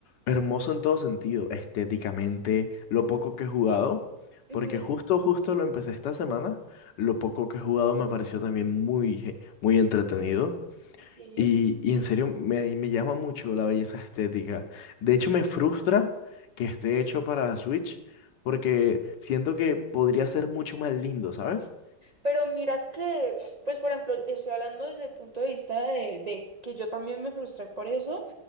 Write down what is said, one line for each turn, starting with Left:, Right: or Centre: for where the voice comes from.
Left: hermoso en todo sentido, estéticamente, lo poco que he jugado,
Right: Ujú,
Left: porque justo, justo lo empecé esta semana, lo poco que he jugado me pareció también muy, ge- muy entretenido
Right: Sí.
Left: y, y en serio me, me llama mucho la belleza estética. De hecho, me frustra que esté hecho para Switch, porque siento que podría ser mucho más lindo, ¿sabes?
Right: Pero mira que, pues por ejemplo, estoy hablando desde el punto de vista de, de que yo también me frustré por eso.